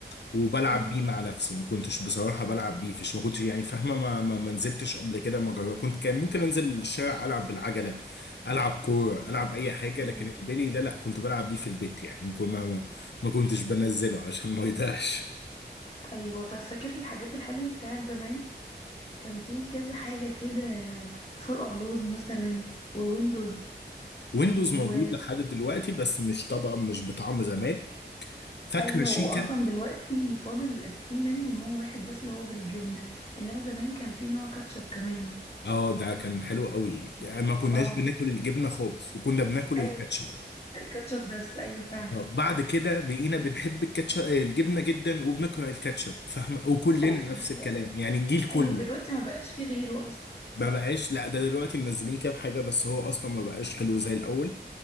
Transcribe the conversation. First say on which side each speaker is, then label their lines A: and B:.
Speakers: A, on the left; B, on the left.
A: وبلعب
B: امم
A: بيه مع نفسي ما كنتش بصراحة بلعب بيه فيش ما كنتش يعني فاهمة ما, ما, ما نزلتش قبل كده ما جرب. كنت كان ممكن انزل الشارع العب بالعجلة العب كورة العب اي حاجة
B: امم
A: لكن البلي ده لا كنت بلعب بيه في البيت يعني ما كن- ما, ما ما كنتش بنزله عشان ما يضيعش
B: ايوه طيب فاكر الحاجات الحلوه بتاعت زمان كان في كذا حاجه كده فرقع لوز مثلا وويندوز
A: ويندوز
B: و
A: موجود لحد دلوقتي بس مش طبعا مش بطعم زمان فاكرة
B: ايوه
A: شيكا
B: واصلا دلوقتي فاضل فيه منه نوع واحد بس اللي هو بالجبنه انما زمان كان فيه نوع كاتشب كمان
A: اه ده كان حلو قوي ده ما كناش
B: اه
A: بناكل الجبنه خالص وكنا بناكل الكاتشب
B: ايوه بالظبط الكاتشب بس ايوه فعلا
A: اه بعد كده بقينا بنحب الكاتشب الجبنه جدا وبنكره الكاتشب فاهمه وكلنا
B: أو ودلوقتي
A: نفس الكلام يعني الجيل كله
B: ايوه دلوقتي ما بقاش فيه غيره اصلا
A: ما بقاش لا ده دلوقتي منزلين كام حاجه بس هو اصلا ما بقاش حلو زي الاول